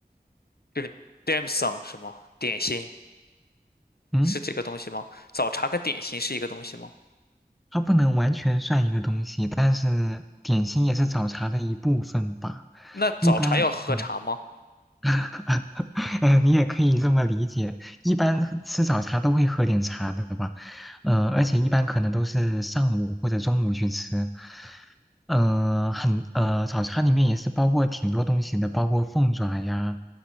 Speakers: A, on the left (about 70°); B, in the centre.
A: 就是 d a m sum 什么点心
B: 嗯，
A: 是这个东西吗？早茶跟点心是一个东西吗？
B: 它不能完全算一个东西，但是点心也是早茶的一部分吧。
A: 那早茶要喝茶吗？
B: 一般，嗯，<laughs> 呃，你也可以这么理解。一般喝吃早茶都会喝点茶的吧，呃，而且一般可能都是上午或者中午去吃。嗯，很呃，早餐里面也是包括挺多东西的，包括凤爪呀，